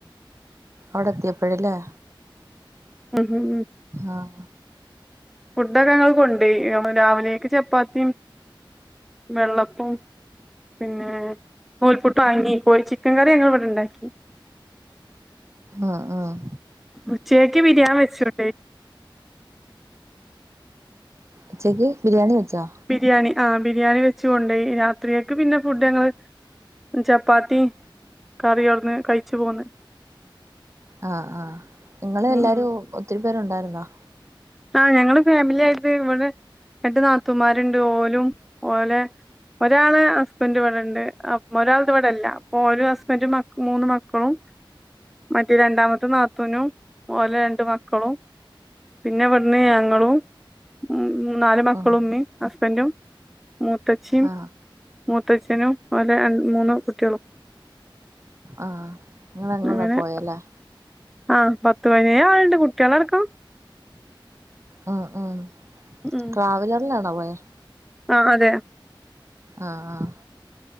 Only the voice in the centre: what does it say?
ഉം. ഉം. ഉം.
ഫുഡൊക്കെ ഞങ്ങൾ കൊണ്ടോയി രാവിലെയക്ക് ചപ്പാതിം. വെള്ളപ്പും പിന്നെ നൂൽപുട്ടും വാങ്ങി പോയി. ചിക്കൻ കറി ഞങ്ങൾ ഇവിടെ ഇണ്ടാക്കി.
ഉച്ചയ്ക്ക് ബിരിയാണി വെച്ചുകൊണ്ടോയി
ബിരിയാണി ആ ബിരിയാണി വെച്ചൊണ്ടോയി. ഈ രാത്രിക്കക്ക് പിന്നെ ഫുഡ് ഞങ്ങൾ. ചപ്പാത്തി കറിന്ന് കഴിച്ചു പോന്ന്.
ഉം ഉം
ആ്, ഞങ്ങള് ഫാമിലി ആയിട്ട് ഇവിടെ രട്ട് നാത്തുമാരുണ്ട്. ഓലും ഓലെ ഒരാള് ഹസ്ബന്ഡ ഇവിടെണ്ട് അ ഒരാൾ ഇവിടെല്ല അപ്പൊ ഒരു ഹസ്ബൻഡും മ മൂന്ന് മക്കളും മറ്റേ രണ്ടാമത്തെ നാത്തുനും ഓലെ രണ്ട് മക്കളും പിന്നെ ഇവിടുന്ന് ഞങ്ങളും ഉം നാല് മക്കളും
ഉമ്മി ഹസ്ബൻറും മൂത്തച്ചിയും
മൂത്തച്ഛനും ഓലെ അ മൂന്ന് കുട്ടികളും
അങ്ങനെ
ആഹ് പത്ത് പതിനേ ആളുണ്ട് കുട്ടികളടക്കും
ഉം
ആഹ് അതെ